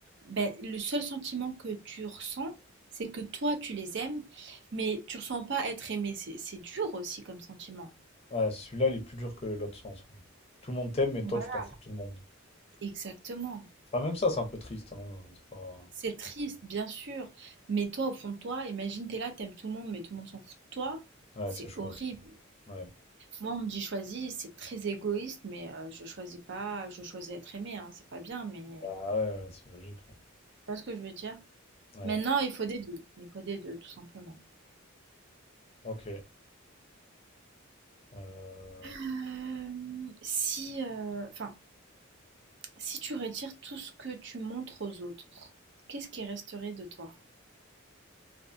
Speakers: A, on the right (about 55°); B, on the left (about 30°).
A: ben, le seul sentiment que tu ressens, c'est que toi, tu les aimes, mais tu ressens pas être aimé. C'est, c'est dur aussi comme sentiment.
B: Ouais, celui-là, il est plus dur que l'autre sens. ouais. Tout le monde t'aime, mais
A: Voilà,
B: toi, tu t'en fous de tout le monde.
A: exactement.
B: Enfin, même ça, c'est un peu triste, hein. C'est pas...
A: C'est triste, bien sûr, mais toi, au fond de toi, imagine, t'es là, t'aimes tout le monde, mais tout le monde s'en fout de toi.
B: Ouais,
A: C'est
B: c'est chaud
A: horrible.
B: aussi. Ouais.
A: Moi, on me dit choisis, c'est très égoïste, mais euh, je choisis pas, je choisis être aimé, hein, c'est pas bien, mais
B: Bah ouais, ouais, c'est logique. hein.
A: tu vois ce que je veux dire?
B: Ouais.
A: Maintenant, il faut des deux, il faut des deux, tout simplement.
B: Ok. euh,
A: Hem, si, heu, enfin, si tu retires tout ce que tu montres aux autres, qu'est-ce qui resterait de toi?